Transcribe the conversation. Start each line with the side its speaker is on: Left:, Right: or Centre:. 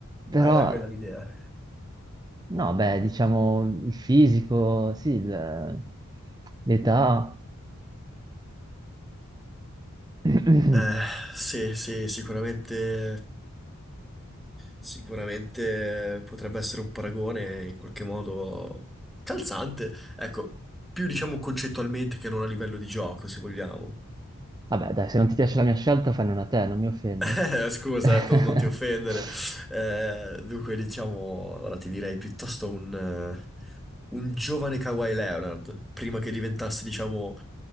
Right: Però,
Centre: ah, era quella l'idea.
Right: no, beh, diciamo il fisico, sì, il- l'età. <clears throat>
Centre: Eh, sì, sì, sicuramente, sicuramente potrebbe essere un paragone in qualche modo calzante, ecco, più diciamo concettualmente che non a livello di gioco, se vogliamo.
Right: Vabbè, dai, se non ti piace la mia scelta, fai una te, non mi offendo.
Centre: <laughs> Scusa,
Right: <laughs>
Centre: eh, per non ti offendere. Eh, dunque, diciamo, allora ti direi piuttosto un, eh, un giovane Kawhi Leonard, prima che diventasse, diciamo,